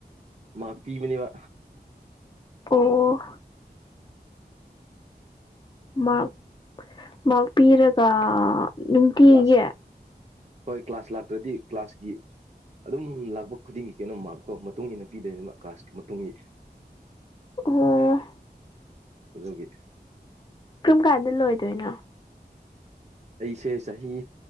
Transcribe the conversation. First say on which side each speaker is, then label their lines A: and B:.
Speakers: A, on the right; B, on the left.
A: ꯃꯥꯛ ꯄꯤꯕꯅꯦꯕ
B: ꯑꯣ ꯃꯥꯔꯛ ꯃꯥꯔꯛ ꯄꯤꯔꯒ ꯅꯨꯡꯇꯤꯒꯤ
A: ꯀ꯭ꯂꯥꯁ ꯍꯣꯏ ꯀ꯭ꯂꯥꯁ ꯂꯥꯛꯇ꯭ꯔꯗꯤ ꯀ꯭ꯂꯥꯁꯀꯤ ꯑꯗꯨꯝ ꯂꯥꯛꯄ ꯈꯨꯗꯤꯡꯒꯤ ꯀꯩꯅꯣ ꯃꯥꯔꯛꯇꯣ ꯃꯇꯨꯡ ꯏꯟꯅꯥ ꯄꯤꯗꯣꯏꯅꯦꯕ ꯀ꯭ꯂꯥꯁꯀꯤ ꯃꯇꯨꯡ ꯏꯟꯅꯥ
B: ꯑꯣ
A: ꯑꯗꯨꯒꯤ
B: ꯀꯔꯝ ꯀꯥꯟꯗ ꯂꯣꯏꯗꯣꯏꯅꯣ
A: ꯑꯩꯁꯦ ꯆꯍꯤ